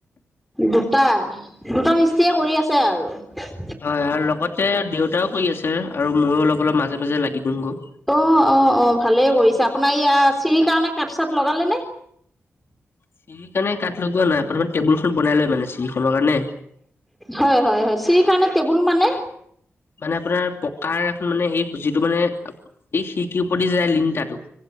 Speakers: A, in the centre; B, on the left.
A: দুটা দুটা মিস্ত্ৰীয়ে
B: তাৰপিছত
A: কৰি আছে আৰু।
B: হয় আৰু লগতে দেউতাও কৰি আছে আৰু ময়ো অলপ অলপ মাজে মাজে লাগি দিওঁগো।
A: অ অ অ ভালেই কৰিছে আপোনাৰ ইয়াৰ চিৰি কাৰণে কাঠ -চাট লগালে নে?
B: চিৰি কাৰণে কাঠ লগোৱা নাই প্ৰথম টেবুল খন বনাই লয় মানে চিৰিখনৰ কাৰণে।
A: হয় হয় হয় চিৰি কাৰণে টেবুল মানে?
B: মানে আপোনাৰ পকাৰ এখন মানে এই যিটো মানে এই শিৰিকি ওপৰ দি যায় লিংতাতো।